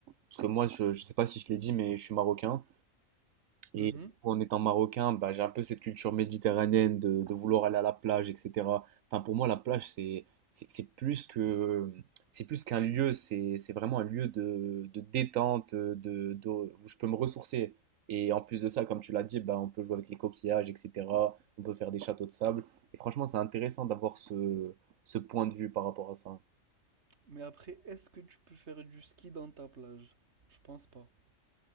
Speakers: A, on the right; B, on the right.
A: Parce que moi, je, je sais pas si je l'ai dit, mais je suis marocain. Et
B: Mhm.
A: du coup, en étant marocain, bah, j'ai un peu cette culture méditerranéenne de, de vouloir aller à la plage, etc. Enfin, pour moi, la plage, c'est c'est c'est plus que c'est plus qu'un lieu, c'est c'est vraiment un lieu de, de détente, de, de- où je peux me ressourcer. Et en plus de ça, comme tu l'as dit, bah, on peut jouer avec les coquillages, etc. On peut faire des châteaux de sable. Et franchement, c'est intéressant d'avoir ce, ce point de vue par rapport à ça.
B: Mais après, est-ce que tu peux faire du ski dans ta plage? Je pense pas.